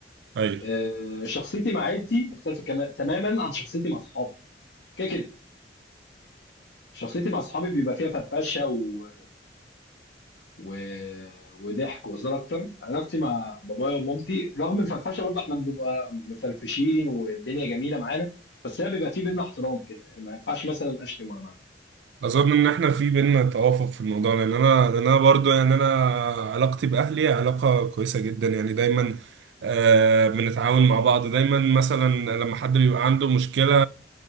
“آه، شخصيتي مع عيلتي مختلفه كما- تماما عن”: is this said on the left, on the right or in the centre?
Left